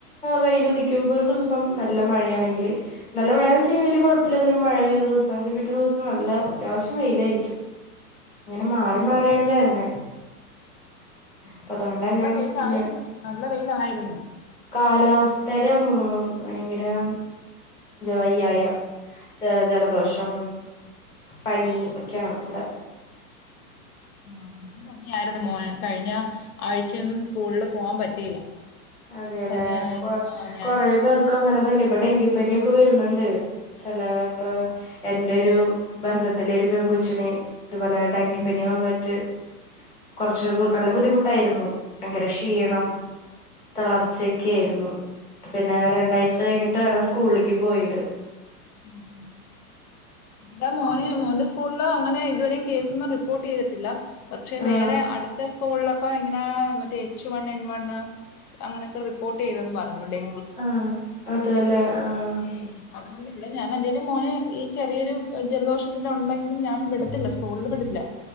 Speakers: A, in the centre; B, on the left.
A: വെയിൽ ഉദിക്കുമ്പോ ഒരു ദിവസം നല്ല മഴയാണെങ്കില് നല്ല മഴയാന്ന് വെച്ചെങ്കയ് ഞാൻ വല്യ കുഴപ്പില്ലതും മഴ പെയവെച്ചൽ പിറ്റ ദിവസ നല്ല അത്യാവശ്യം വെയിലായിരിക്കും ഇങ്ങനെ മാറി മാറിയാണ് വേര്ണെ
B: ഇവിടെ
A: അപ്പൊ അതുകൊണ്ടന്നെ.
B: വെയിലായിരുന്നു
A: ഇഞ്
B: നല്ല വെയിയിലായിരുന്നു
A: കാലാവസ്ഥടെയാ തോന്നുന്നു ഭയങ്കരം വയ്യായ
B: ഉം
A: ജലദോഷം പനി ഒക്കെയാണ് ഇവിടെ
B: ആ പണിയായിരുന്നു മോൻ കഴിഞ്ഞ ആഴ്ചയൊന്നും സ്കൂളില് പോവാൻ പറ്റിയില്ല
A: അതെയല്ലേ
B: പനിയായിരുന്നു
A: ഇപ്പൊ കൊ
B: ആ ഞാൻ
A: കൊറ പേർ അങ്ങനെ തന്നെ ഇപ്പ ഡെങ്കിപ്പനി ഒക്കെ വരുന്നുണ്ട് ചെലപ്പം
B: ആ
A: എന്റെ ഒരു ബന്ധത്തിലെ ഒരു പെങ്കുച്ചനെ ഇതുപോലെ ഡെങ്കിപ്പനി
B: ഉം.
A: വന്നിട്ട് കുറച്ച് നല്ല ബുദ്ധിമുട്ടായിരുന്നു ഭയങ്കരം ക്ഷീണം തളർച്ചക്ക ആയിരുന്നു പിന്നെ
B: ഉം,
A: രണ്ടാഴ്ച കഴിഞ്ഞിട്ടാണ് സ്കൂളിലേക്ക് പോയത്
B: ഉം ഉം എന്താ മോന് മോന്റെ സ്കൂളിലോ അങ്ങനെ ഇതുവരെയും കേസൊന്നും റിപ്പോർട്ട് ചെയ്തിട്ടില്ല പക്ഷെ
A: ആഹ്
B: വേറെ അടുത്ത സ്കൂളിലൊക്കെ ഇങ്ങനെ മറ്റേ എച്ച് വണ് എൻ വണ് അങ്ങനെയൊക്കെ റിപ്പോർട്ട് ചെയ്തെന്ന് പറഞ്ഞു ഡെ
A: ആഹ അതല്ലേ ആഹ
B: ഉം. അതുകൊണ്ട് ഇവിടെ ഞാൻ എന്തേലും മോെ ഈ ചെറിയൊരു ജലദോഷത്തിന്റെ ഉണ്ടെങ്കിലും ഞാൻ വിടത്തില്ല സ്കൂളിൽ വിെടില്ല